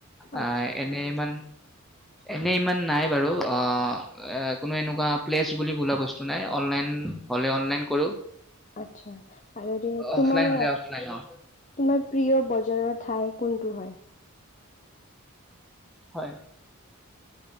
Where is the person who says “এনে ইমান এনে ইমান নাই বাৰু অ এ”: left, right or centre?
Centre